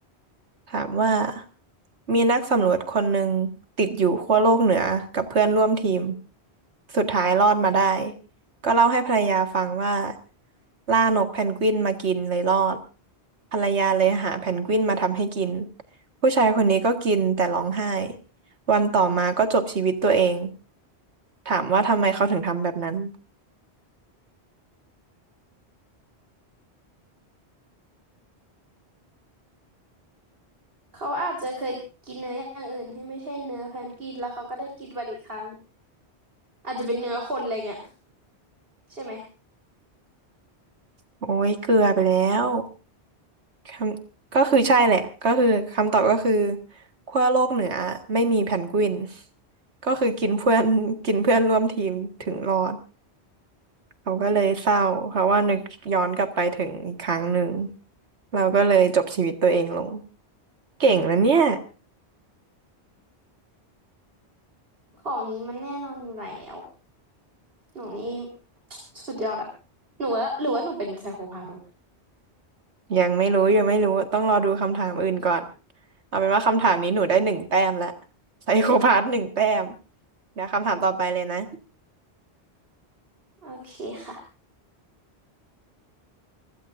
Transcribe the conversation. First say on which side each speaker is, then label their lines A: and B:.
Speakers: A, on the right (about 85°); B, on the right (about 60°).
A: ถามว่ามีนักสำรวจคนหนึ่งติดอยู่ขั้วโลกเหนือกับเพื่อนร่วมทีมสุดท้ายรอดมาได้ก็เล่าให้ภรรยาฟังว่าล่านกเพนกวินมากินเลยรอดภรรยาเลยหาเพนกวินมาทำให้กินผู้ชายคนนี้ก็กินแต่ร้องไห้วันต่อมาก็จบชีวิตตัวเองถามว่าทำไมเขาถึงทำแบบนั้น
B: เขาอาจจะเคยกินเนื้ออย่างอื่นที่ไม่ใช่เนื้อแพนกวินแล้วเขาก็ได้กินวันอีกครั้งอาจจะเป็นเนื้อคนอะไรเงี้ยใช่ไหม
A: โอ้ยเกลือไปแล้ว คำก็คือใช่แหละก็คือคำตอบก็คือขั้วโลกเหนือไม่มีแพนกวิน <laughs> ก็คือกินเพื่อน <laughs> กินเพื่อนร่วมทีมถึงรอดเขาก็เลยเศร้าเพราะว่านึกย้อนกลับไปถึงอีกครั้งหนึ่งเราก็เลยจบชีวิตตัวเองลง เก่งนะเนี่ย
B: ของนี้มันแน่นอนอยู่แล้ว หนูนี่ <tsk> สุดยอดอะหนูว่าหรือว่าหนูเป็นไซโคพาธวะ
A: ยังไม่รู้ยังไม่รู้ต้องรอดูคำถามอื่นก่อนเอาเป็นว่าคำถามนี้หนูได้หนึ่งแต้มละไซโคพาสหนึ่งแต้มเดี๋ยวคำถามต่อไปเลยนะ
B: โอเคค่ะ